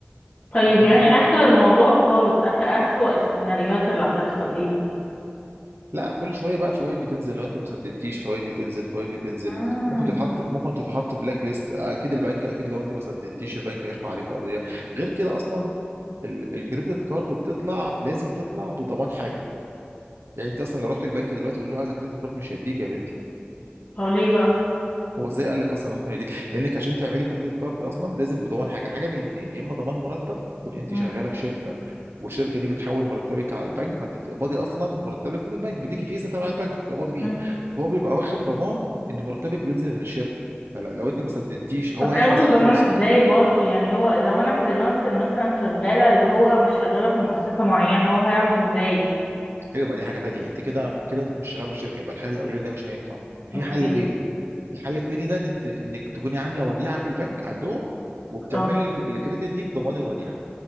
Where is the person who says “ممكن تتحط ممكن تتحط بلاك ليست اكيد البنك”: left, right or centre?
Right